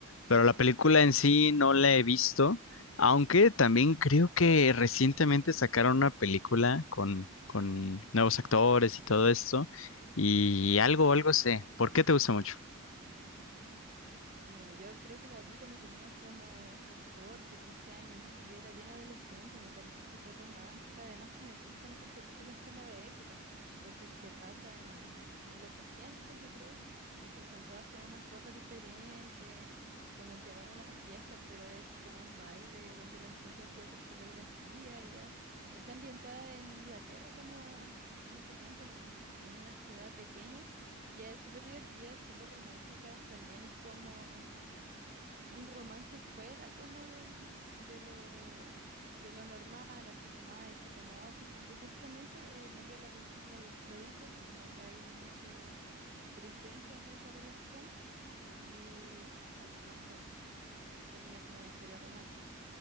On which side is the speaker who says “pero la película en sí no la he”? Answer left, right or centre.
Left